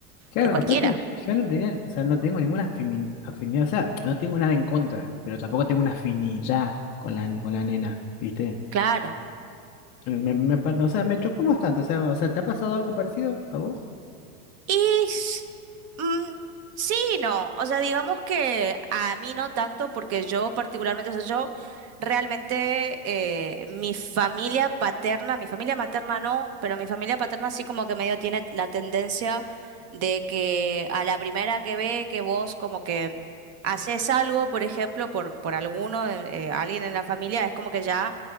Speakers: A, on the left; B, on the right.
A: claro.
B: De cualquiera,
A: Aparte, yo no tenía, o sea, no tengo ninguna afimi- afinidad, o sea, no tengo nada en contra, pero tampoco tengo una afinidad con la, con la nena, ¿viste?
B: claro.
A: Me, me pa- o sea, me chocó bastante. O sea, o sea, ¿te ha pasado algo parecido a vos?
B: Y s- mm, sí, y no. O sea, digamos que a mí no tanto, porque yo particularmente, o sea, yo realmente eh, mi familia paterna, mi familia materna no, pero mi familia paterna sí como que medio tiene la tendencia de que a la primera que ve que vos como que haces algo, por ejemplo, por, por alguno, eh, eh, alguien en la familia, es como que ya